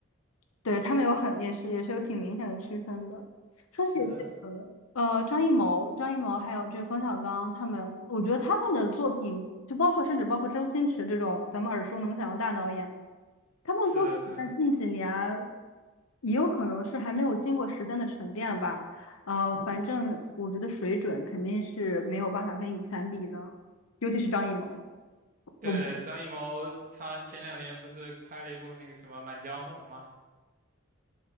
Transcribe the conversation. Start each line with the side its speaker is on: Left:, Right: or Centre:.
Left: 对他们有很也是也是有挺明显的区分的。说起这个，
Right: 是的，
Left: 呃，张艺谋、张艺谋还有这个冯小刚他们，我觉得他们的作品，就包括甚至包括周星驰这种咱们耳熟能详的大导演，他们作品在近几年
Right: 是的，是的。
Left: 也有可能是还没有经过时间的沉淀吧。呃，反正我觉得水准肯定是没有办法跟以前比的，尤其是张艺谋。
Right: 对，
Left: 我。
Right: 张艺谋他前两年不是拍了一部那个什么《满江红》嘛，